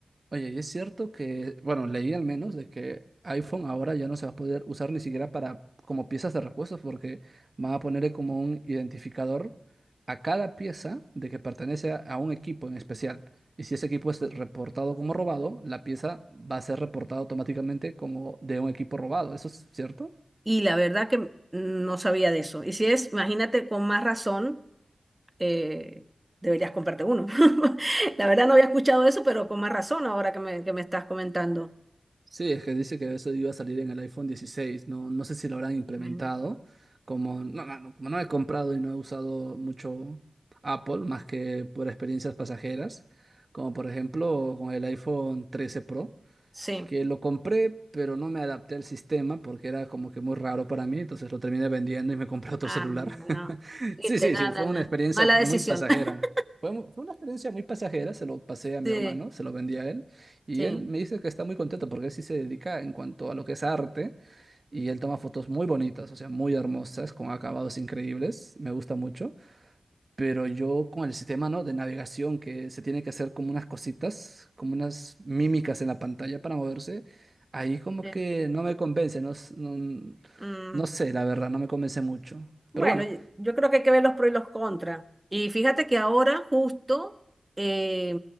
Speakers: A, on the right (about 50°); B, on the right (about 20°).
A: Oye, y es cierto que, bueno, leí al menos de que iPhone ahora ya no se va a poder usar ni siquiera para como piezas de repuestos porque van a ponerle como un identificador a cada pieza de que pertenece a, a un equipo en especial. Y si ese equipo es reportado como robado, la pieza va a ser reportada automáticamente como de un equipo robado. ¿Eso es cierto?
B: Y la verdad que mm, no sabía de eso. Y si es, imagínate, con más razón, eh, deberías comprarte uno. <laughs> La verdad no había escuchado eso, pero con más razón ahora que me, que me estás comentando.
A: Sí, es que dice que eso iba a salir en el iPhone 16. No, no sé si lo habrán implementado.
B: Mm,
A: Como no, no, no- como no he comprado y no he usado mucho Apple, más que por experiencias pasajeras, como por ejemplo con el iPhone 13 Pro
B: Sí.
A: que lo compré, pero no me adapté al sistema porque era como que muy raro para mí, entonces lo terminé vendiendo y me compré otro
B: Ah,
A: celular.
B: no.
A: <laughs>
B: Viste,
A: Sí, sí,
B: nada,
A: sí, fue
B: nada.
A: una experiencia
B: Mala decisión.
A: muy pasajera.
B: <laughs>
A: Fue, mu- fue una experiencia muy pasajera, se lo pasé a mi
B: Sí,
A: hermano, se lo vendí a él y
B: sí,
A: él me dice que está muy contento porque él sí se dedica en cuanto a lo que es arte y él toma fotos muy bonitas, o sea, muy hermosas, con acabados increíbles, me gusta mucho. Pero yo con el sistema, ¿no? de navegación que se tiene que hacer como unas cositas, como unas mímicas en la pantalla para moverse, ahí como
B: sí.
A: que no me convence, no, s- no,
B: Mm.
A: no sé, la verdad, no me convence mucho.
B: Bueno,
A: Pero bueno,
B: y- yo creo que hay que ver los pros y los contras. Y fíjate que ahora justo, eh,